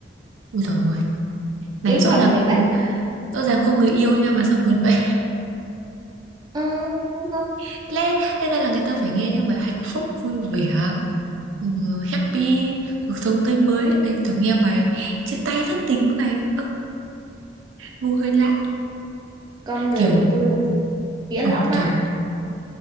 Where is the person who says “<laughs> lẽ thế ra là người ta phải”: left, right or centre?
Right